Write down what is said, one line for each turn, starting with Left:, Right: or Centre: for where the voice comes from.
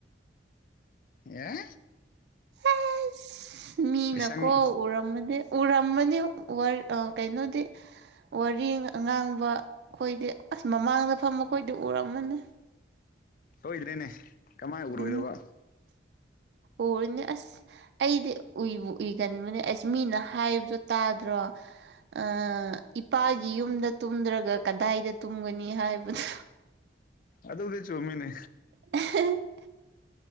Left: ꯑꯦ
Right: ꯑꯁ ꯃꯤꯅꯀꯣ
Left: ꯂꯥꯏꯁꯪ
Right: ꯎꯔꯝꯃꯗꯤ ꯎꯔꯝꯃꯅꯤ ꯋꯔ ꯑ ꯀꯩꯅꯣꯗꯤ ꯋꯥꯔꯤ ꯑ ꯉꯥꯡꯕ ꯈꯣꯏꯗꯤ ꯑꯁ ꯃꯃꯥꯡꯗ ꯐꯝꯕ ꯈꯣꯏꯗꯤ ꯎꯔꯝꯃꯅꯤ
Left: ꯁꯣꯏꯗ꯭ꯔꯦꯅꯦ ꯀꯃꯥꯏꯅ ꯎꯔꯣꯏꯗꯕ
Right: ꯎꯝ ꯎꯔꯅꯤ ꯑꯁ ꯑꯩꯗꯤ ꯑꯨꯏꯕꯨ ꯑꯨꯏꯒꯟꯕꯅꯦ ꯑꯁ ꯃꯤꯅ ꯍꯥꯏꯕꯗꯣ ꯇꯥꯗ꯭ꯔꯣ ꯑ ꯏꯄꯥꯒꯤ ꯌꯨꯝꯗ ꯇꯨꯝꯗ꯭ꯔꯒ ꯀꯗꯥꯏꯗ ꯇꯨꯝꯒꯅꯤ ꯍꯥꯏꯕꯗꯣ
Left: ꯑꯗꯨꯕꯨꯗꯤ ꯆꯨꯝꯃꯤꯅꯦ
Right: <inaudible>